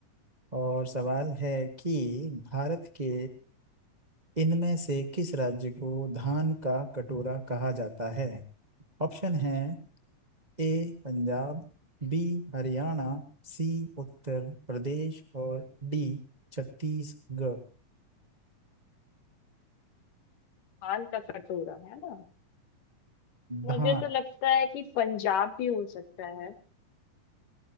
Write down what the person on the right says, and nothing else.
और सवाल है कि भारत के इनमें से किस राज्य को धान का कटोरा कहा जाता है ऑप्शन है A Punjab B Haryana C Uttar Pradesh और डी छत्तीसगढ़
धान